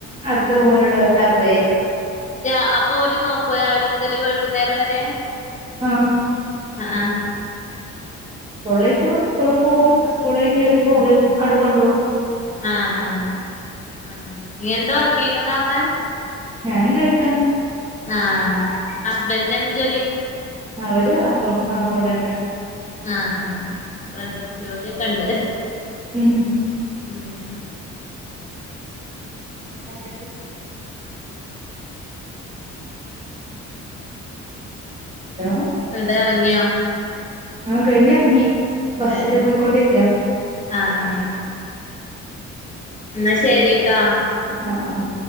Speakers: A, on the right (about 20°); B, on the left (about 25°).
A: അടുത്ത റൂമിലുള്ള ഒരുത്തെ ആകുവ ചെയ്യാ
B: രാ അപ്പ ഓല് നോക്കൂ രാവിലെ മുതല് വൈകുന്നേരം വരെ
A: ആഹ്
B: ആഹ് ആഹ്-
A: സ്‌കൂളില്ലെസം സ്കൂള് പോവും ഉസ്കൂൾ കഴിഞ്ഞ് വരുമ്പോ ഒരു അങ്ങോട്ട് കൊണ്ട് പോവും.
B: ആഹ് ആഹ് ആ നീ എന്താ വർക്ക് ചെയ്യണന്ന് പറഞ്ഞാ-
A: ഞാന് നേഴ്സാണ്-
B: ആഹ് അസ്ബന്ന്ന് എന്താ ജോലി?
A: അവര് അക്കൗ അക്കൗണ്ടന്റ് ആണ്
B: ആഹ് ആഹ് ജോലിയൊക്കെ ഇണ്ട്-
A: ഉം.
B: മ്ഹ് -
A: എന്നട്ട്- ഹലോ-
B: ഇടെ എറങ്ങിയോ?
A: ആഹ് കഴിഞ്ഞെറങ്ങി ബസ്സില്
B: ഏഹ്
A: പോയിക്കൊണ്ടിരിക്ക
B: ആഹ് ആഹ് എന്നാ ശരിട്ടാ.
A: ആഹ് ആഹ്-